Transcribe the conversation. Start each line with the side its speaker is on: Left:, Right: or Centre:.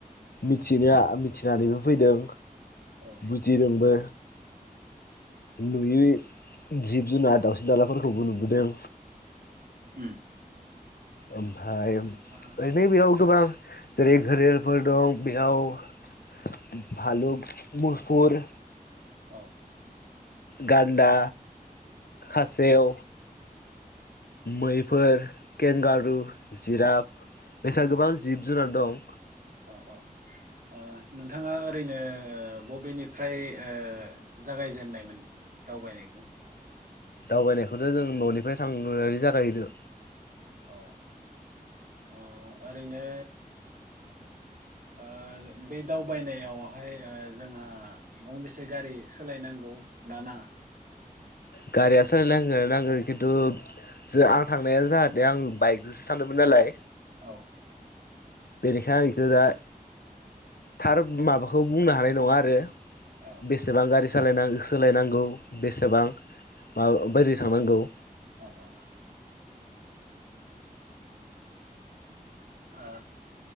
Left: मिथिनोआ मिथिनानैबो फैदों
Right: औ
Left: बुजिदोंबो नुयै जिब जुनार दाउसिन दालाफोरखौबो नुबोदों
Right: उम
Left: ओमफाय ओरैनो
Right: औ
Left: बेयाव गोबां जेरै- घोरेलफोर दं बेयाव भालुक मुफुर
Right: औ
Left: गान्दा
Right: औ
Left: खासेव मैफोर केेंगारु जिराब बेसा गोबां जिब जुनार दं।
Right: औ औ ओ नोंथाङा ओरैनो बबेनिफ्राय ओ जागायजेननायमोन दावबायनायखौ
Left: दावबायनायखौथ' जों न'निफ्राय थांनानै जागायहैदो
Right: अ अ ओरैनो ओ बे दावबायनायावहाय ओ जोंहा गंबेसे गारि सोलायनांग' गौ ना नाङा?
Left: गारिया सोलाय नांगो नांगो खिन्थु जो आं थांनाया जाहाथे आं बाइकजोंसो थांदोमोन नालाय
Right: औ
Left: बेनिखायनो आं इखौ दा थार माबाखौ बुंनो हानाय नङा आरो
Right: औ
Left: बेसेबां गारि सालायनां सोलायनांगौ बेसेबां मा बायदि थांनांगौ
Right: अ अ अ ओ